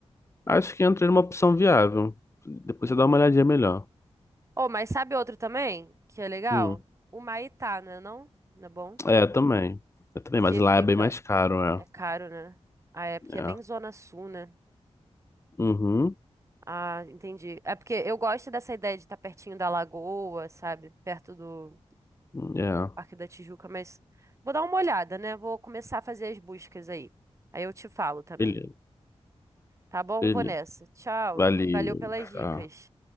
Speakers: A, on the left; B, on the right.
A: Acho que entrei numa opção viável. Depois
B: uhum.
A: você dá uma olhadinha melhor.
B: Oh, mas sabe outro também que é legal?
A: Hum,
B: O Maitá, né? Não? Não é bom?
A: é, também. Eu também,
B: Porque
A: mas lá
B: fica.
A: é bem mais caro, é.
B: É caro, né? Ah, é porque
A: É.
B: é bem Zona Sul, né?
A: Uhum.
B: Ah, entendi. É porque eu gosto dessa ideia de estar pertinho da lagoa, sabe? Perto do.
A: É. É.
B: Parque da Tijuca, mas vou dar uma olhada, né? Vou começar a fazer as buscas aí. Aí eu te falo também.
A: Beleza.
B: Tá bom?
A: Beleza.
B: Vou nessa. Tchau.
A: Valeu.
B: Valeu pelas dicas.
A: Tá.